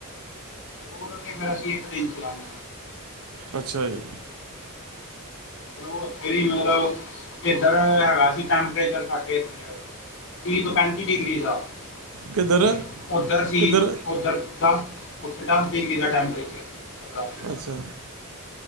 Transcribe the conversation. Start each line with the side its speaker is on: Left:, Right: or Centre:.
Left: ਹੋਰ ਅੱਗੇ ਫੇਰ ਅਸੀਂ ਇੱਕ ਦਿਨ ਚ -ਜਾਣ
Right: ਅੱਛਾ ਜੀ।
Left: ਉੱਥੇ ਵੀ ਮਤਲਬ, ਇੱਧਰ ਹੈਗਾ ਸੀ ਟੈਂਪਰੇਚਰ ਸਾਡੇ ਇਧਰ ਤੀ ਤੋਂ ਪੈਂਤੀ ਡਿਗਰੀ ਦਾ
Right: ਕਿੱਧਰ
Left: ਤੇ ਓਧਰ ਸੀ,
Right: ਕਿੱਧਰ
Left: ਓਧਰ ਦਸ, ਉੱਥੇ ਦਸ ਡਿਗਰੀ ਦਾ ਟੈਂਪਰੇਚਰ ਸੀ। ਜਗਰਾਤੇ
Right: ਅੱਛਾ।